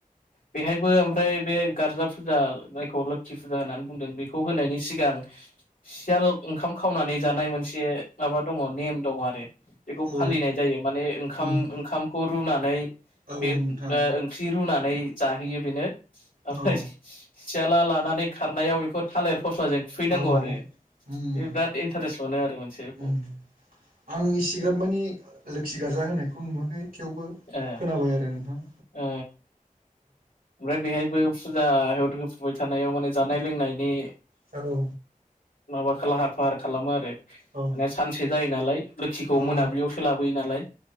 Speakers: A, on the left (about 80°); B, on the right (about 80°).
A: बेहायबो ओमफ्राय बे गारजाफोर फुजा जायखौ लोखि फुजा होननानै बुंदों बेखौ होनायनि सिगां सियाल ओंखाम खावनानै जानाय मोनसे माबा दङ नेम दङ आरो। बेखौ
B: औ
A: फालिनाय जायो माने ओंखाम
B: उम
A: ओंखामखौ रुनानै
B: औ
A: बे
B: नोंथां
A: ओ ओंख्रि रुनानै जाहोयो बेनो ओमफ्राय
B: औ
A: सियाला लानानै खारनायाव बेखौ थालेर फस्लाजों खुबैनांगौ
B: औ
A: आरो
B: उम
A: बे बिराद इन्टारेस्ट मोनो आरो मोनसे बेखौ
B: उम आं एसेग्राब माने लोखि गार्जा होनायखौ नुवाखै थेवबो
A: ओ
B: खोनाबाय आरो नोंथां।
A: ओ ओमफ्राय बेहायबो फुजा होफुबाय थानायाव माने जानाय लोंनायनि
B: औ
A: माबा लाहार-फाहार खालामो आरो
B: नोंथां
A: माने सानसे जायो नालाय लोखिखौ
B: उम
A: मोनाब्लियावसो लाबोयो नालाय